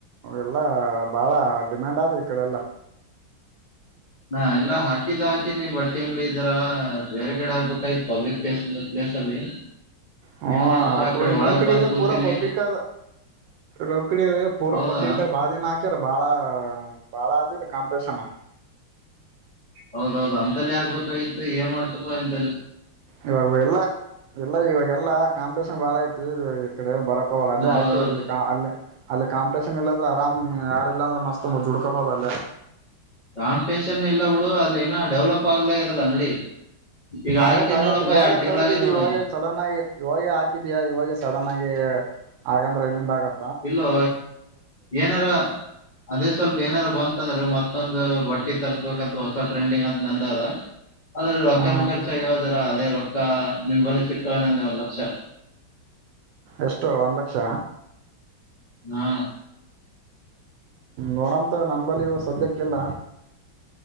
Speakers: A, on the right (about 75°); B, on the left (about 80°).
A: ಎಲ್ಲಾ ಬಾಳ ಡಿಮ್ಯಾಂಡ್ ಆದಿ ಅ ಕಡೆ ಎಲ್ಲ
B: ಹಾ ಎಲ್ಲಾ ಹಾಕಿದ್ದ್ ಹಾಕಿನಿ ಬಟ್ಟೆ ಅಂಗ್ಡಿ ಇದರ ಬೇರೆ ಕಡೆ ಆಗ್ಬಿಟ್ಟೈ ಪಬ್ಲಿಕ್ ಪ್ಲೇಸ್ ಪ್ಲೇಸ್ ಅಲ್ಲಿ
A: ಹ್ಮ
B: ಏನ್ ಮಾಡ್ತಪ್ಪ
A: ಆಕ
B: ಕೇಳಿ ಒಳಗ್
A: ನಮ್ ಕಡೆ
B: ಬಂದ್
A: ಎಲ್ಲ
B: ಕುಂತೀನಿ
A: ಪೂರಾ ಪಬ್ಲಿಕ್ದ ನಮ್ ಕಡೆಲ್ಲ ಪೂರಾ
B: ಹೌದಾ
A: ಪಬ್ಲಿಕ್ದಾಗ ಬಾಳ ಜನ ಹಾಕ್ಯಾರ ಬಾಳ ಬಾಳ ಅದಿಲ್ಲ <unintelligible> ಕಾಮ್ ಪ್ರಸಾನ
B: ಹೌದೌದು ಅಂತಲ್ಲ ಆಗ್ಬೇಕಾಗಿತ್ತು ಏನ್ ಮಾಡ್ತಪ್ಪ ಅಂತ
A: ಇವಾಗ ಎಲ್ಲ ಎಲ್ಲ ಇವಾಗೆಲ್ಲಾ ಕಾಂಪಿಟೇಷನ್ ಬಾಳ ಐತು ಕ ಬರ <unintelligible> <unintelligible> ಹ ಅಲ್ಲೇ
B: ಹೌದೌದು
A: ಹಾಕ ಅಲ್ಲಿ ಅಲ್ಲಿ ಕಾಂಪಿಟೇಷನ್ ಇಲ್ಲಂದ್ರ ಆರಾಮ್ ಯಾರಿಲ್ಲ ಅಂದ್ರೆ ಮಸ್ತ್ ಜುಡ್ಕೊಬೋದಲ್ಲೇ
B: ಕಾಂಪಿಟೇಷನ್ ಇಲ್ಲ ಬಿಡು ಅಲ್ಲಿ ಇನ ಡೆವಲಪ್ ಆಗ್ಲ ಇಲ್ಲ ಅಂಗಡಿ ಈಗ ಆಗಿಕೆ
A: ಆಗತ್ ಆಗತೇ
B: ನೋಡಪ್ಪ
A: ಇವಾಗೇ
B: ಎರಡ್ ತಿಂಗಳಾಗೆ
A: ತಗದಿದ್ದಿ
B: ನೋಡ
A: ಇವಾಗ ಸಡನ್ ಆಗಿ ಇವಾಗ ಹಾಕಿದಯಾ ಇವಾಗ ಸಡನ್ ಆಗಿ. ಗೇ ಹಾಗಂದ್ರೆ ಎಲ್ಲಿಂದ ಆಗದ್.
B: ಇಲ್ಲೋ ಏನಾರ ಅದೇ ಸ್ವಲ್ಪ ಏನಾರ ಬಂತಂದ್ರೆ ಮತ್. ಮತ್ತೊಂದು ಬಟ್ಟಿ ತರ್ಸ್ಬೇಕತ್ ಹೊಸ ಟ್ರೆಂಡಿಂಗ್ ಅಂತ ನಂದ ಅದ. ಅಂದ್ರೆ ರೊಕ್ಕನ
A: ಹ
B: ಖರ್ಚಾಗ್ಯಾವದರ ಅದೇ ರೊಕ್ಕ ನಿಮ್ ಬಳಿ ಸಿಕ್ತವೇನೆಂದೇ ಒಂದ್. ಅ <unintelligible>
A: ಎಷ್ಟು ಒಂದ್ ಲಕ್ಷ.
B: ಹಾ.
A: ನೋಡಮ್ ತೊಗೊ ನನ್ನ ಬಳಿ ಇವಾಗ ಸದ್ಯಕ್ಕಿಲ್ಲ.